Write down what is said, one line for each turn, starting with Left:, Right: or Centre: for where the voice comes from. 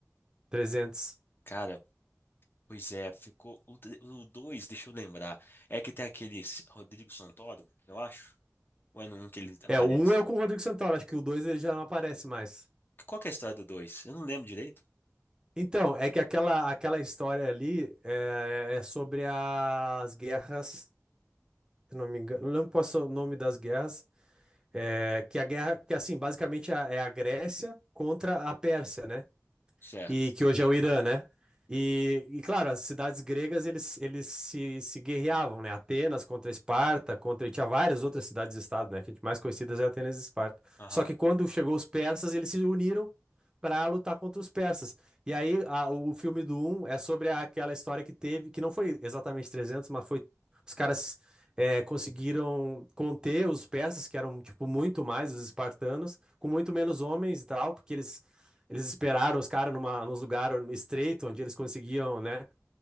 Right: 300.
Left: Cara, pois é, ficou, o tre- o dois, deixa eu lembrar, é que tem aquele Rodrigo Santoro, eu acho, ou é no um que ele aparece?
Right: É, o um é com o Rodrigo Santoro, acho que o dois ele já não aparece mais.
Left: Qual que é a história do dois? Eu não lembro direito.
Right: Então, é que aquela, aquela história ali é, é é sobre as guerras, se não me engano, não lembro qual é o nome das guerras, É, que a guerra, que assim, basicamente é a- é a Grécia contra a Pérsia, né?
Left: Certo.
Right: e que hoje é o Irã, né? E, e, claro, as cidades gregas eles, eles se, se guerreavam, né? Atenas contra Esparta, contra e tinha várias outras cidades-estado, né? Que a gente mais conhecidas é Atenas e Esparta.
Left: Aham.
Right: Só que quando chegou os persas, eles se uniram para lutar contra os persas. E aí a- o filme do um é sobre aquela história que teve, que não foi exatamente 300, mas foi os caras é, conseguiram conter os persas, que eram tipo muito mais os espartanos, com muito menos homens e tal, porque eles eles esperaram os caras numa, nos lugares estreito, onde eles conseguiam, né?